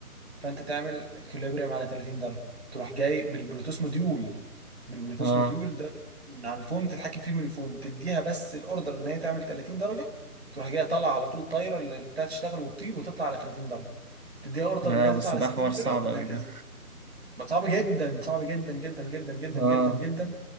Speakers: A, on the right; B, on the right.
A: فانت تعمل اكيوليبريم على 30 درجه تروح جاي بالبلوتوث موديول بالبلوتوث
B: اه
A: موديول ده من على الفون تتحكم فيه من الفون تديها بس الاوردر ان هي تعمل 30 درجه تروح جايه طالعه على طول طايره اللي بتاعت تشتغل وتطير وتطلع على 30 درجه تديها اوردر
B: لا
A: انها
B: بس
A: تطلع على
B: ده
A: 60
B: حوار صعب
A: درجه وهكذا
B: اوي ده
A: ما صعب جدا صعب جدا جدا جدا جدا
B: اه
A: جدا جدا